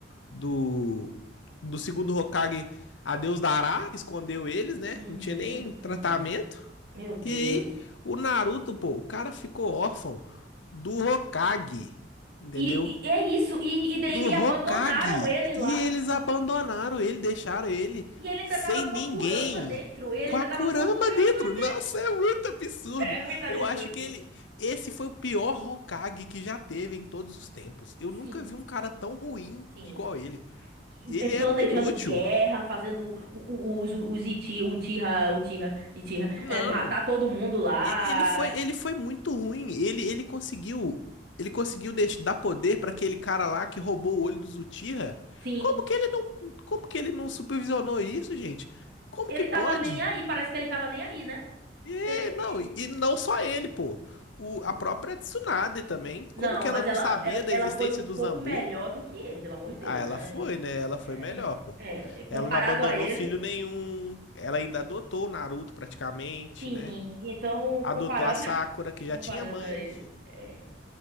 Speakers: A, on the left; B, on the right.
A: do, do segundo Hokage a Deus dará, escondeu eles, né?
B: Uhum,
A: Não tinha nem tratamento.
B: uhum. Meu Deus.
A: E aí, o Naruto, pô, o cara ficou órfão do Hokage, entendeu?
B: E, e é isso. E, e daí
A: do
B: e
A: Hokage.
B: abandonaram ele lá.
A: E eles abandonaram ele, deixaram ele
B: E ele ainda
A: sem
B: tava com
A: ninguém.
B: a Kurama dentro. Ele
A: Com
B: ainda
A: a
B: tava
A: Kurama
B: com a Kurama.
A: dentro. Nossa,
B: <laughs>
A: é muito absurdo.
B: É muito absurdo.
A: Eu acho que ele. Esse foi o pior Hokage que já teve em todos os tempos. Eu
B: Sim.
A: nunca vi um cara tão ruim
B: Sim.
A: igual ele.
B: E-
A: Ele
B: e Planejando
A: era um inútil.
B: guerra, fazendo o- o- os, os Iti, o Tira, o Tira, Itira,
A: Não.
B: é, matar todo mundo lá.
A: E- Ele foi, ele foi muito ruim. Ele, ele conseguiu, ele conseguiu deix- dar poder para aquele cara lá que roubou o olho do Uchiha.
B: Sim.
A: Como que ele não, como que ele não supervisionou isso, gente? Como
B: Ele
A: que pode?
B: tava nem aí, parece que ele tava nem aí, né?
A: E
B: É,
A: não,
B: é,
A: e e não só ele, pô. O, a própria Tsunade também.
B: não,
A: Como que ela
B: mas
A: não
B: ela,
A: sabia
B: ela,
A: da
B: ela
A: existência
B: foi um
A: do
B: pouco
A: Zambu?
B: melhor do que ele, pelo amor de Deus,
A: Ah,
B: né?
A: ela foi, né? Ela foi
B: É,
A: melhor, pô.
B: é, comparado
A: Ela não abandonou
B: a ele,
A: filho nenhum. Ela ainda adotou o Naruto praticamente,
B: sim.
A: né?
B: Então,
A: Adotou
B: comparado,
A: a Sakura,
B: <laughs>
A: que já
B: comparado
A: tinha mãe.
B: a ele. é,